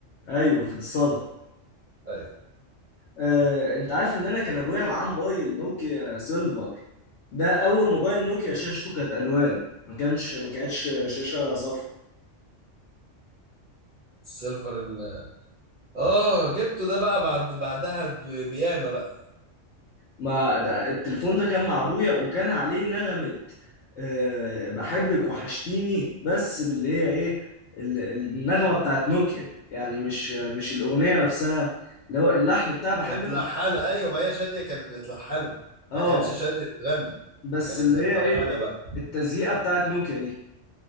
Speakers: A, on the left; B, on the right.
A: ايوه في الصاله
B: اي
A: آه، انت عارف ان انا كان ابويا معاه موبايل نوكيا سيلفر ده اول موبايل نوكيا شاشته كانت الوان ما كانش ما كانتش شاشه صفراء
B: السيلفر ال... اه جبته ده بقى بعد بعدها ب... بياما بقى
A: ما ده التليفون ده كان مع ابويا وكان عليه نغمه آه، بحبك وحشتيني بس باللي هي ايه ال- النغمه بتاعت نوكيا يعني مش مش الاغنيه نفسها اللي هو اللحن بتاع بحبك
B: متلحنة
A: وحشتيني
B: ايوه ما هي شادية كانت متلحنة
A: اه
B: ما كانتش شادية بتغني
A: بس
B: كانت
A: اللي
B: متلحنة
A: هي ايه
B: بقى
A: التزييقه بتاعت نوكيا دي